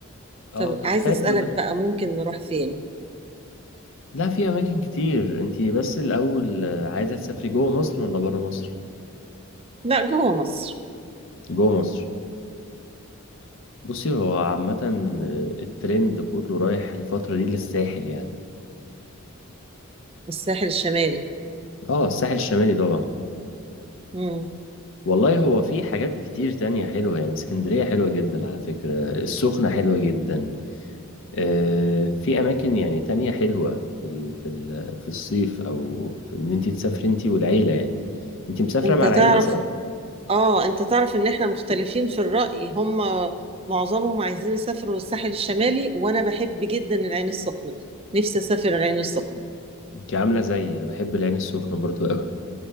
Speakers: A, on the left; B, on the right.
A: آه
B: فعايزه
A: طب حلو
B: اسالك
A: ده
B: بقى ممكن نروح فين
A: لا في أماكن كتير انتي بس الأول آه، عايزة تسافري جوه مصر ولا برا مصر؟
B: لا جوه مصر
A: جوه مصر بصي هو عامة آه، الترند كله رايح الفترة دي للساحل يعني
B: الساحل الشمالي
A: آه الساحل الشمالي طبعا
B: مم.
A: والله هو في حاجات كتير تانية حلوة يعني اسكندرية حلوة جدا على فكرة السخنة حلوة جدا آه، في أماكن يعني تانية حلوة في ال- في ال- في الصيف أو في إن أنت تسافري أنت والعيلة يعني أنت مسافرة
B: انت
A: مع
B: تعرف
A: العيلة صح؟
B: اه انت تعرف ان احنا مختلفين في الرأي هم معظمهم عايزين يسافروا الساحل الشمالي وانا بحب جدا العين السخنة نفسي اسافر العين السخنة
A: أنت عاملة زيي أنا بحب العين السخنة برضو أوي